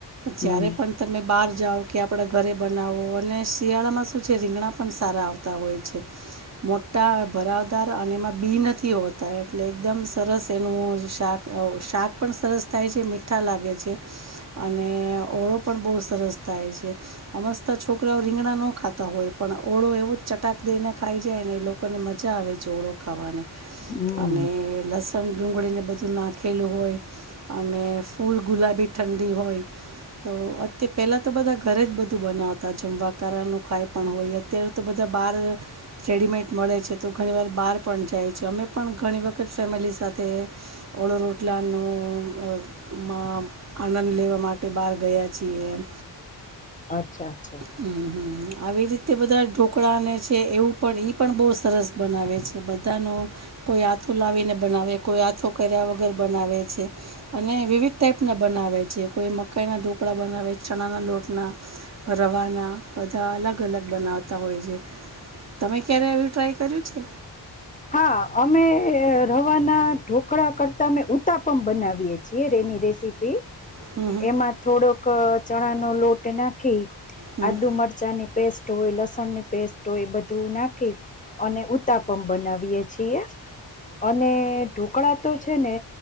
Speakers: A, on the left; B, on the right.
A: હમ
B: જ્યારે પણ તમે બાર જાઓ કે, આપણા ઘરે બનાવો અને શિયાળામાં શું છે રીંગણા પણ સારા આવતા હોય છે. મોટા ભરાવદાર અને એમાં બી નથી હોતા એટલે એકદમ સરસ એનું શાક અ શાક પણ સરસ થાય છે, મીઠા લાગે છે અને ઓળો પણ બો સરસ થાય છે. અમસ્તા છોકરાઓ રીંગણા ન ખાતા હોય પણ ઓળો એવો જ ચટાક દઈને ખાય જાય. ને એ લોકોને મજા આવે છે ઓળો ખાવાની
A: હમ
B: અને લશ ગન ડુંગળીને બધું નાખેલું હોય અને ફૂલ ગુલાબી ઠંડી હોય તો અ પેલા તો બધા ઘરે જ બધું બનાવતા જમવાકારા નું કાય પણ હોય અત્યારે તો બધા બાર રેડીમેડ મળે છે તો ઘણી વાર બહાર પણ જાય છે, અમે પણ ઘણી વખત ફેમિલી સાથે ઓળો રોટલાનું મા આનંદ લેવા માટે બહાર ગયા છીએ એમ.
A: અચ્છા અચ્છા!
B: હમ, હમ. આવી રીતે બધા ઢોકળાને છે એવું પણ ઇ પણ બો સરસ બનાવે છે બધાનો કોઈ આથું લાવીને બનાવે, કોઈ આથો કર્યા વગર બનાવે છે અને વિવિધ ટાઈપ ના બના બનાવે છે.. કોઈ મકાઈ ના ઢોકળા બનાવે, ચણાના લોટના રવાના બધા અલગ-અલગ બનાવતા હોય છે. તમે ક્યારે એવું ટ્રાય કર્યું છે?
A: હા! અમે રવાના ઢોકળા કરતા અમે ઉતાપમ બનાવીએ છીએ રે રસીપી
B: હમ
A: એમાં થોડોક ચણા નો લોટ નાંખી
B: હમ
A: આદુ મરચાંની પેસ્ટ હોય, લસણ ની પેસ્ટ હોય બધું નાખી અને ઉતાપમ બનાવીયે છીએ. અને ઢોકળા તો છે ને